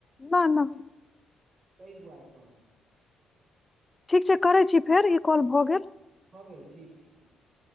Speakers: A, on the left; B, on the right.
A: न न
B: ताहि दुआरे कहलौ
A: ठीक छै करै छी फेर ई कॉल भऽ गेल
B: भऽ गेल ठीक छै ठीक छै